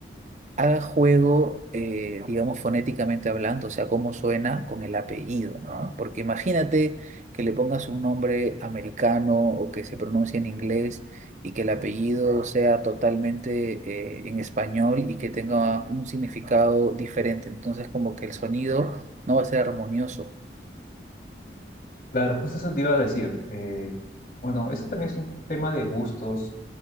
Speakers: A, on the right (about 40°); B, on the left (about 50°).
A: haga juego, eh, digamos, fonéticamente hablando, o sea, cómo suena con el apellido, ¿no? Porque imagínate que le pongas un nombre americano o que se pronuncie en inglés y que el apellido sea totalmente, eh, en español y que tenga un significado diferente. Entonces, como que el sonido no va a ser armonioso.
B: Claro, justo eso te iba a decir. Eh, bueno, eso también es un tema de gustos,